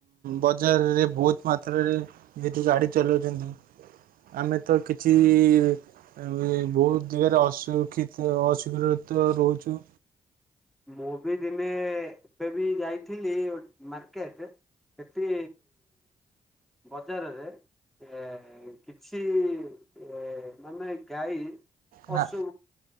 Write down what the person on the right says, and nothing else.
ବଜାରରେ ବହୁତ ମାତ୍ରାରେ ଯେତୁ ଗାଡି ଚଲାଉଛନ୍ତି ଆମେ ତ କିଛି ଏ ବହୁତ ଦିଗରେ ଅଶିକ୍ଷିତ ଅସୁରକ୍ଷିତ ରହୁଛୁ
ନା